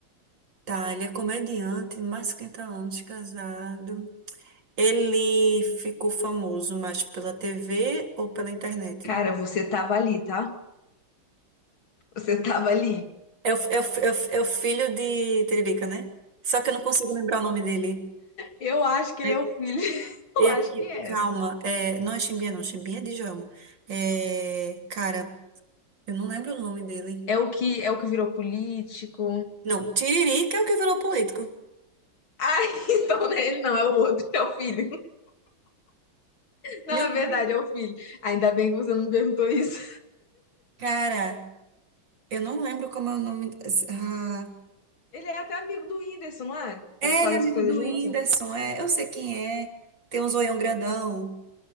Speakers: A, on the right; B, on the left.
A: Tá, ele é comediante, mais de 50 anos casado. Ele ficou famoso mais pela TV ou pela internet?
B: cara, você tava ali, tá? Você <laughs> tava ali.
A: É o, é o, é o, é o filho de Tiririca, né? Só que eu não consigo lembrar o nome dele.
B: Eu acho que
A: É,
B: ele é o filho. <laughs> Eu
A: é
B: acho
A: aqui,
B: que é.
A: calma, é, não é Chimbinha, não. Chimbinha é de Djalma. É, cara, eu não lembro o nome dele.
B: É o que é o que virou político.
A: Não, Tiririca é o que virou político.
B: Ah, <laughs> então não é ele não é o outro, é o filho. Na
A: Meu
B: verdade,
A: Deus,
B: é o filho. Ainda bem que você não me perguntou isso.
A: cara, eu não lembro como é o nome. Ah,
B: Ele é até amigo do Whindersson, não é?
A: É,
B: Eles fazem
A: ele é amigo
B: as coisas
A: do
B: juntos.
A: Whindersson, é, eu sei quem é. Tem um zoião grandão.